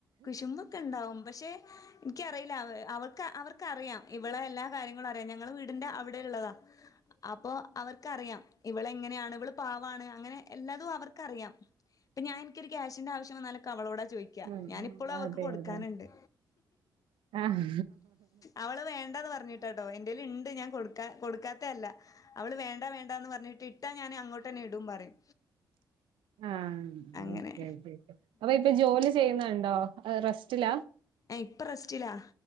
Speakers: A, on the left (about 45°); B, on the right (about 85°).
A: കുശുമ്പൊക്കെ ണ്ടാവും പക്ഷെ ൻക്കറിയില്ല അവ് അവക്ക് അവർക്ക്റിയാം ഇവളെ എല്ലാ കാര്യങ്ങളും അറിയാം ഞങ്ങളെ വീടിന്റെ അവിടെ ള്ളതാ അപ്പൊ അവർക്കറിയാം ഇവളെ എങ്ങനെയാണ് ഇവള് പാവാണ് അങ്ങനെ എല്ലാതും അവർക്കറിയാം പ്പ ഞാൻനികൊരു ക്യാഷിന്റെ ആവശ്യവന്നോലൊക്കെ അവളോട ചോയിക്കാ
B: ഉം
A: ഞാനിപ്പളും അവക്ക്
B: അതെ
A: കൊടുക്കാനുണ്ട്
B: അതെ ആഹ്
A: അവള് വേണ്ടന്ന് പറഞ്ഞിട്ടട്ടോ എ ന്റെലുണ്ട് ഞാൻ കൊടുക്ക കൊടുക്കാത്തല്ല അവള് വേണ്ട വേണ്ട ണ്ട ന്ന് പറഞ്ഞിട്ട് ഇട്ടാ ഞാൻ അങ്ങോട്ടന്നെ ഇടും പറയും
B: ആഹ്
A: അങ്ങനെ
B: ഒക്കെ കെ അപ്പൊ ഇപ്പൊ ജോലി ചെയ്യുന്നണ്ട് ണ്ടോ റെസ്റ്റില
A: എ ഇപ്പ റസ്റ്റില്ലാ